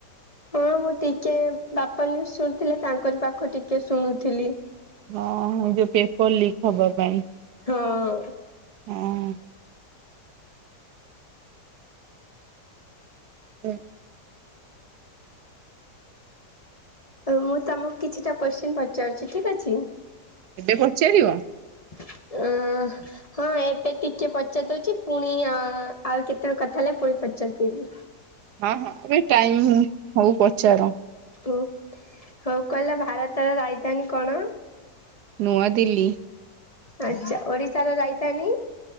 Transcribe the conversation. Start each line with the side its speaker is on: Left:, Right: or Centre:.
Left: ହଁ ମୁଁ ଟିକେ ବାପା ନୁ ଶୁଣୁଥିଲେ ତାଙ୍କରିପାଖ ଟିକେ ଶୁଣୁଥିଲି।
Right: ହଁ ଯୋଉ ପେପର ଲିକ ହବା ପାଇଁ।
Left: ହଁ।
Right: ହଁ। ହୁଁ।
Left: ଆଉ ମୁଁ ତମକୁ କିଛିଟା କୋଶ୍ଚିନ୍ ପଚାରୁଛି ଠିକ୍ଅଛି।
Right: ଏବେ ପଚାରିବ?
Left: ଅଁ ହଁ ଏବେ ଟିକେ ପଚାରି ଦଉଛି ପୁଣି ଆଉ କେତେବେଳେକଥା ହେଲେ ପୁଣି ପଚାରିଦବି
Right: ହଁ ହଁ ଏବେ ଟାଇମ୍ ହଉ ପଚାର?
Left: ଓ ହଉ କହିଲା ଭାରତର ରାଜଧାନୀ କଣ?
Right: ନୂଆଦିଲ୍ଲୀ।
Left: ଆଛା ଓଡିଶାର ରାଜଧାନୀ?